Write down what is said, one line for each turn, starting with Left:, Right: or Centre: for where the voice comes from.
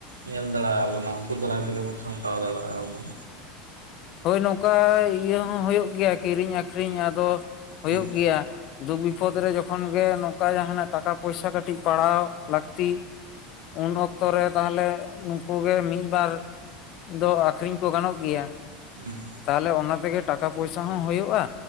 Right: ᱧᱮᱞ ᱫᱟᱲᱮ ᱟᱵᱚᱱᱟ ᱩᱱᱠᱩ ᱫᱟᱨᱟᱭ ᱛᱮᱜᱮ ᱵᱚᱱ ᱥᱟᱢᱴᱟᱣ ᱫᱟᱲᱮᱭᱟᱜ-ᱟ ᱵᱚᱱ
Left: ᱦᱳᱭ ᱱᱚᱝᱠᱟ ᱤᱭᱟᱹ ᱦᱚᱸ ᱦᱩᱭᱩᱜ ᱜᱮᱭᱟ ᱠᱤᱨᱤᱧ ᱟᱹᱠᱷᱨᱤᱧ ᱟᱫᱚ ᱦᱩᱭᱩᱜ
Right: ᱦᱩᱸ
Left: ᱜᱮᱭᱟ ᱫᱩᱠ ᱵᱤᱯᱚᱫ ᱨᱮ ᱡᱚᱠᱷᱚᱱ ᱜᱮ ᱱᱚᱝᱠᱟ ᱡᱟᱦᱟ ᱱᱟᱜ ᱴᱟᱠᱟ ᱯᱚᱭᱥᱟ ᱠᱟᱹᱴᱤᱡ ᱯᱟᱲᱟᱣ ᱞᱟᱹᱠᱛᱤ ᱩᱱ ᱚᱠᱛᱚ ᱨᱮ ᱛᱟᱦᱞᱮ ᱱᱩᱠᱩ ᱜᱮ ᱢᱤᱫ ᱵᱟᱨ ᱫᱚ ᱟᱠᱷᱨᱤᱧ ᱠᱚ ᱜᱟᱱᱚᱜ ᱜᱮᱭᱟ
Right: ᱦᱩᱸ
Left: ᱛᱟᱦᱞᱮ ᱚᱱᱟ ᱛᱮᱜᱮ ᱴᱟᱠᱟ ᱯᱚᱭᱥᱟ ᱦᱚᱸ ᱦᱩᱭᱩᱜᱼᱟ